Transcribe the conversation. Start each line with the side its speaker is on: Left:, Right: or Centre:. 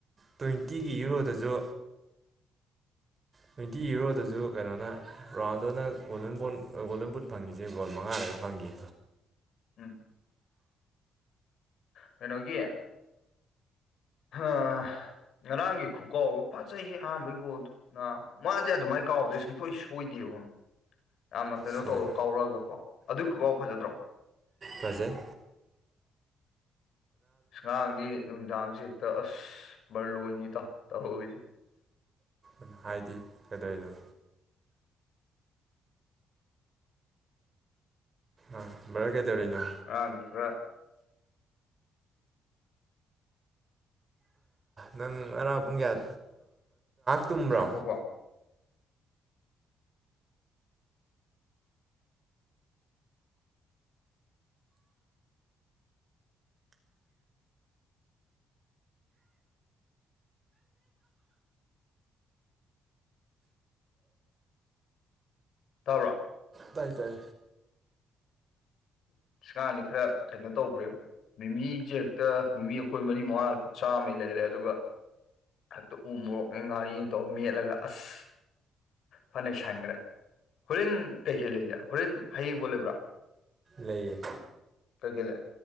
Right: ꯇ꯭ꯋꯦꯟꯇꯤꯒꯤ ꯌꯨꯔꯣꯗꯁꯨ ꯇ꯭ꯋꯦꯟꯇꯤ ꯌꯔꯣꯗꯁꯨ ꯀꯩꯅꯣꯅ Ronaldo golden ball golden boot ꯐꯪꯉꯤꯁꯦ ꯒꯣꯜ ꯃꯉꯥ ꯗꯒ ꯐꯪꯒꯤ
Left: ꯎꯝ ꯀꯩꯅꯣꯒꯤ ꯍꯥꯑꯥ ꯉꯔꯥꯡꯒꯤ ꯈꯨꯀꯥꯎꯗꯣ ꯐꯖꯩꯍꯦ ꯑꯍꯥꯟꯕꯩ ꯒꯣꯜꯗꯣ ꯅꯥ ꯃꯥꯥꯅꯗꯤ ꯑꯗꯨꯃꯥꯏꯅ ꯀꯥꯎꯕꯁꯦ ꯁꯨꯡꯁꯣꯏ ꯁꯣꯏꯗꯦꯕ ꯈꯪꯕ ꯌꯥꯝꯅ ꯀꯩꯅꯣ
Right: ꯁꯣꯏ
Left: ꯇꯧꯔ ꯀꯥꯎꯔꯛꯑꯒꯀꯣ ꯑꯗꯨꯏ ꯈꯨꯀꯥꯎ ꯐꯖꯗ꯭ꯔꯣ
Right: ꯐꯥꯖꯩ
Left: ꯉꯥꯔꯥꯡꯗꯤ ꯅꯨꯃꯤꯗꯥꯡꯁꯦ ꯍꯦꯛꯇ ꯑꯁ ꯕꯔꯂꯣꯏꯅꯤ ꯏꯇꯥꯎ ꯇꯧꯔꯤꯖꯦ
Right: ꯎꯝ ꯍꯥꯏꯗꯤ ꯀꯩꯗꯧꯔꯤꯅꯣ ꯑꯥ ꯕꯥꯗꯔ ꯀꯩꯗꯧꯔꯤꯅꯣ
Left: ꯉꯥꯔꯥꯡꯗꯤ ꯈꯔꯥ
Right: ꯅꯪ ꯉꯔꯥꯡ ꯄꯨꯡ ꯀꯌꯥ ꯇꯨꯝꯕ꯭ꯔꯣ
Left: ꯉꯥꯢꯈꯣꯀꯣ ꯇꯥꯕ꯭ꯔꯣ
Right: ꯇꯥꯏ ꯇꯥꯏ
Left: ꯁꯥꯟꯗꯤ ꯀꯩꯅꯣ ꯈꯔ ꯇꯧꯈ꯭ꯔꯦꯕ ꯃꯤꯃꯤꯁꯦ ꯍꯦꯛꯇ ꯃꯤꯃꯤ ꯑꯩꯈꯣꯏ ꯃꯔꯤ ꯃꯉꯥ ꯍꯦꯛꯇ ꯂꯨꯄꯥ ꯆꯥꯝꯃꯩ ꯂꯩꯔꯦ ꯑꯗꯨꯒ ꯍꯛꯇ ꯎ ꯃꯣꯔꯣꯛꯅꯦ ꯉꯥꯔꯤꯅꯦ ꯇꯧꯔ ꯃꯦꯠꯂꯒ ꯑꯁ ꯐꯅ ꯅꯩꯁꯟꯈ꯭ꯔꯦ ꯍꯣꯔꯦꯟ ꯀꯩꯀꯩ ꯂꯩꯒꯦ ꯍꯣꯔꯦꯟ ꯍꯌꯦꯡ ꯕꯣꯜ ꯂꯩꯕ꯭ꯔꯥ
Right: ꯂꯩꯌꯦ
Left: ꯀꯩ ꯀꯩ ꯂꯩ